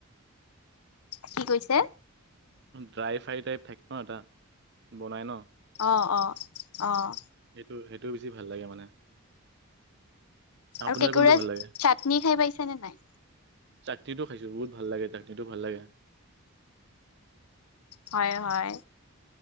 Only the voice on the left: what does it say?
কি কৈছে
অঁ অঁ অঁ
আৰু কেঁকোৰাৰ
চাটনি খাই পাইছে নে নাই
হয় হয়